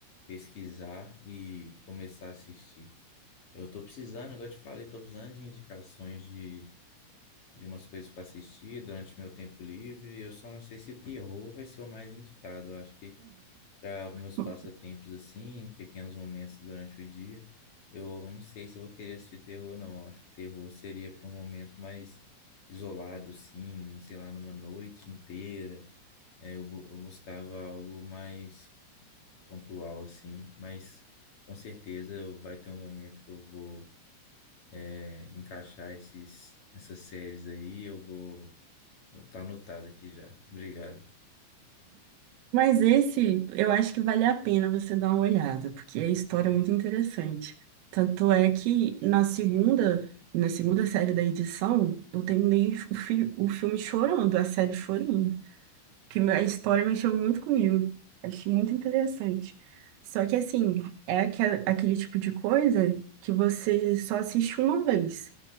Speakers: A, on the left (about 50°); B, on the right (about 85°).
A: pesquisar e começar a assistir. Eu tô precisando, igual eu te falei, tô precisando de indicações de, de umas coisas para assistir durante meu tempo livre. Eu só não sei se terror vai ser o mais indicado. Eu acho que para meus
B: <laughs>
A: passatempos assim, pequenos momentos durante o dia, eu não sei se eu vou querer assistir terror, não. Eu Acho que terror seria para um momento mais isolado, sim, sei lá, numa noite inteira é, eu, bu- eu buscava algo mais pontual, assim, mas com certeza vai ter um momento que eu vou é, encaixar esses, essas séries aí, eu vou estar anotado aqui já. Obrigado.
B: Mas esse, eu acho que vale a pena você dar uma olhada, porque a história é muito interessante. Tanto é que na segunda, na segunda série da edição, eu terminei o, fi- o filme chorando, a série chorando, que a história mexeu muito comigo. Achei muito interessante. Só que assim, é aquela- aquele tipo de coisa que você só assiste uma vez.